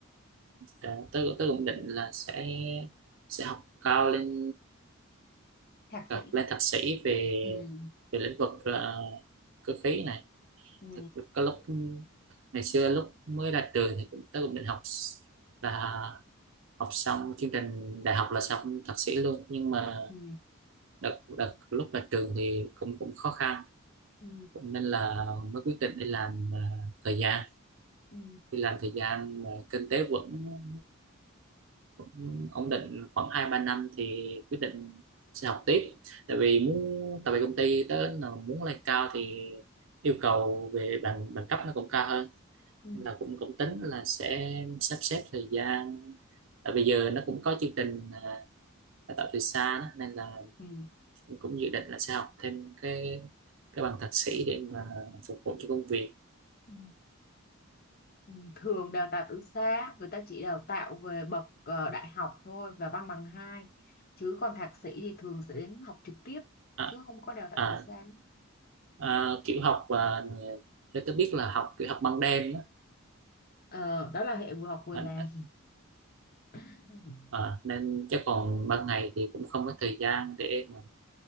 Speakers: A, on the right (about 60°); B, on the left (about 45°).
A: Dạ, tôi tôi cũng định là sẽ sẽ học cao lên
B: thạc
A: học
B: sĩ
A: lên thạc sĩ về
B: ừ
A: về lĩnh vực ờ, cơ khí này
B: ừ
A: Thật- có lúc ngày xưa lúc mới ra trường thì cũng tôi cũng định học s- là học xong chương trình đại học là xong thạc sĩ luôn nhưng mà
B: ừ
A: đợt đợt lúc ra trường thì cũng cũng khó khăn
B: ừ
A: cũng nên là mới quyết định đi làm ờ, thời gian
B: ừ
A: đi làm thời gian mà kinh tế vững cũng ổn định khoảng hai ba năm thì quyết định sẽ học tiếp tại vì muốn tại vì công ty tới là muốn lên cao thì yêu cầu về bằng bằng cấp nó cũng cao hơn
B: ừ
A: nên là cũng cũng tính là sẽ sắp xếp thời gian tại bây giờ nó cũng có chương trình à, đào tạo từ xa đó, nên là
B: ừ
A: cũng cũng dự định là sẽ học thêm cái cái bằng thạc sĩ để mà phục vụ cho công việc
B: ừ ừ. thường đào tạo từ xa người ta chỉ đào tạo về bậc ờ, đại học thôi và văn bằng hai chứ còn thạc sĩ thì thường sẽ đến học trực tiếp
A: à,
B: chứ không có đào tạo
A: à,
B: từ xa
A: à, kiểu học và theo tôi biết là học kiểu học ban đêm
B: Ờ, đó là hệ vừa học vừa
A: á.
B: làm <laughs>
A: Ờ, nên chắc còn ban ngày thì cũng không có thời gian để mà,